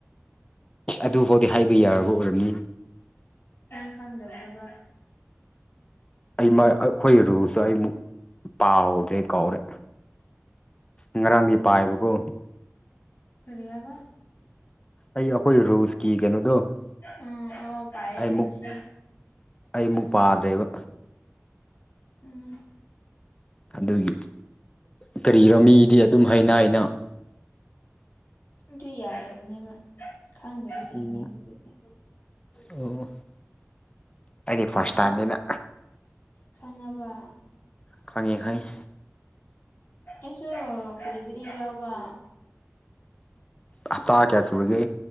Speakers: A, on the left; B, on the left.
A: ꯑꯁ ꯑꯗꯨ ꯐꯥꯎꯗꯤ ꯍꯥꯏꯕ ꯌꯥꯔꯕ ꯑꯣꯏꯔꯝꯅꯤ
B: ꯅꯪ ꯈꯪꯗꯕ꯭ꯔꯥꯕ
A: ꯑꯩꯃ ꯑꯩꯈꯣꯏ ꯔꯨꯜꯁꯇꯣ ꯑꯩꯃꯨꯛ ꯄꯥꯍꯧꯗ꯭ꯔꯦ ꯀꯥꯎꯔꯦ ꯉꯔꯥꯡꯗꯤ ꯄꯥꯏꯌꯦꯕꯀꯣ
B: ꯀꯔꯤ ꯍꯥꯏꯕ
A: ꯑꯩ ꯑꯩꯈꯣꯏ ꯔꯨꯜꯁ ꯀꯤ ꯀꯩꯅꯣꯗꯣ
B: ꯎꯝ ꯑꯣ ꯄꯥꯏꯌꯦ
A: ꯑꯩꯃꯨꯛ
B: ꯉꯁꯤ
A: ꯑꯩꯃꯨꯛ
B: ꯎꯝ
A: ꯄꯥꯗ꯭ꯔꯦꯕ
B: ꯎꯝ
A: ꯑꯗꯨꯒꯤ ꯀꯔꯤꯔꯣ ꯃꯤꯗꯤ ꯑꯗꯨꯝ ꯍꯥꯏꯅꯩꯅ
B: ꯑꯗꯨ ꯌꯥꯗꯕꯅꯦꯕ ꯈꯪꯗꯕ
A: ꯑꯣ
B: ꯁꯤꯡꯉꯦ ꯑꯗꯨꯗꯤ
A: ꯑꯣ ꯑꯩꯗꯤ ꯐꯥꯔꯁ
B: ꯈꯪ
A: ꯇꯥꯏꯝꯅꯤꯅ
B: ꯈꯪꯉꯕ
A: ꯈꯪꯉꯦ ꯈꯪꯉꯦ
B: ꯑꯁꯨ ꯀꯨꯏꯗꯔꯤ ꯌꯥꯎꯕ
A: ꯍꯞꯇꯥ ꯀꯌꯥ ꯁꯨꯔꯒꯦ